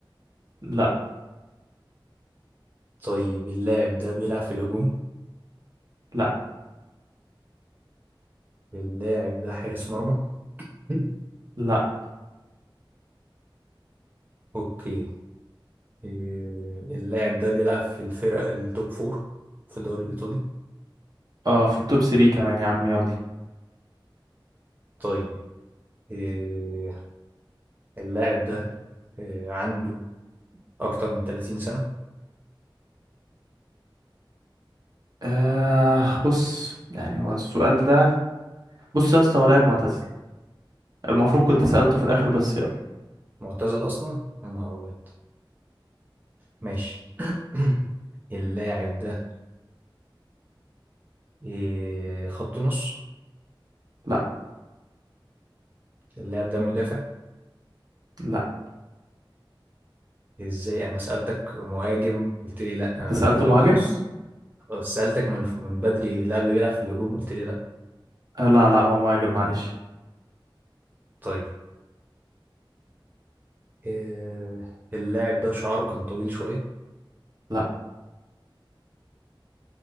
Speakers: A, on the right; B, on the right.
A: لا
B: طيب اللاعب ده بيلعب في الهجوم
A: لا
B: اللاعب ده حارس مرمى <laughs>
A: لا
B: اوكي إيه، اللاعب ده بيلعب في الفرق التوب فور في الدوري الإيطالي
A: اه في التوب 3 كمان يا عم يلا
B: طيب إيه، اللاعب ده إيه، عنده أكتر من 30 سنة
A: آه بص يعني هو السؤال ده بص يا اسطى هو لاعب معتزل المفروض كنت
B: معت-
A: سألته في الآخر بس يلا
B: معتزل أصلا يا نهار أبيض ماشي <clears throat> اللاعب ده إيه، خط نص
A: لا
B: اللاعب ده مدافع
A: لا
B: إزاي أنا سألتك مهاجم قلت لي لأ
A: انت سألته
B: خط
A: مهاجم
B: نص سألتك من من بدري اللاعب ده بيلعب في الهجوم قلت لي لأ
A: آه لا لا هو مهاجم معلش
B: طيب إيه، اللاعب ده شعره كان طويل شوية
A: لا